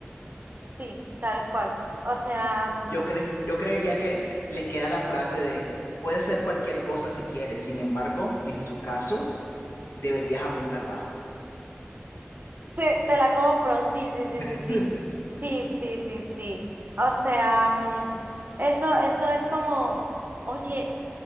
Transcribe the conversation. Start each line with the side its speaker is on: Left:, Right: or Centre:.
Right: sí, tal cual. O sea, mm,
Left: Yo cre- yo creería que les queda la frase de puede ser cualquier cosa si quieres, sin embargo, en su caso, deberías apuntar bajo.
Right: te, te la compro, sí, sí, sí,
Left: <laughs>
Right: sí, sí. Sí, sí, sí, sí. O sea, mm, eso, eso es como, oye,